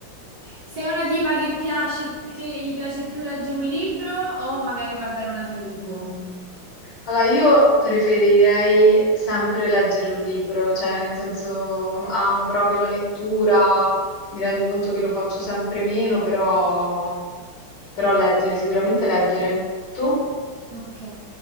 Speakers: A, on the right; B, on the left.
A: Sei una tipa che piace, che gli piace più leggere un libro o magari guardare una serie TV?
B: Allora, io preferirei sempre leggere un libro, cioè nel senso
A: Mm,
B: amo proprio la lettura, mi rendo conto che lo faccio sempre meno, però, però leggere, sicuramente leggere. Tu?
A: Ok,